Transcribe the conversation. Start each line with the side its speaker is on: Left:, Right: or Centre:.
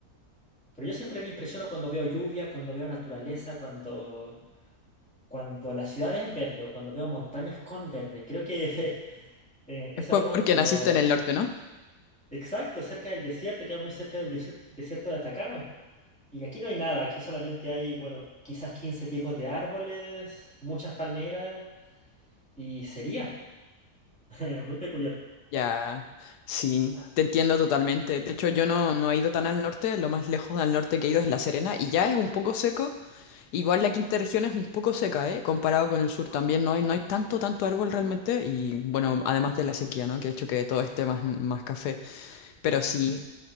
Centre: pero yo siempre me impresiono cuando veo lluvia, cuando veo naturaleza, cuando, cuando la ciudad es verde o cuando veo montañas con verde. Creo que... <laughs> Eh, es
Left: Es
Centre: uno
Left: porque
Centre: de los,
Left: naciste en el norte, ¿no?
Centre: Exacto, cerca del desierto, queda muy cerca del desier- desierto de Atacama. Y aquí no hay nada, aquí solamente hay, bueno, quizás 15 tipos de árboles, muchas palmeras y sería <laughs> muy peculiar.
Left: Ya, sí, te entiendo totalmente. De hecho, yo no, no he ido tan al norte, lo más lejos al norte que he ido es La Serena y ya es un poco seco. Igual la quinta región es un poco seca, ¿eh? Comparado con el sur también, no hay, no hay tanto, tanto árbol realmente y bueno, además de la sequía, ¿no? Que ha hecho que todo esté más, más café. Pero sí,